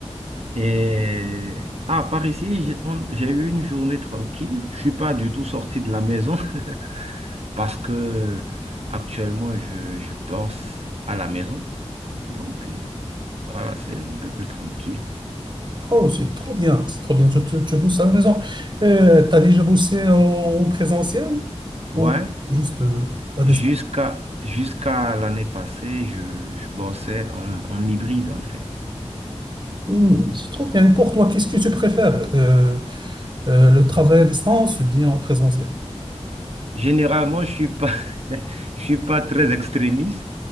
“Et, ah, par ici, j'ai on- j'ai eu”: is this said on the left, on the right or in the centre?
Right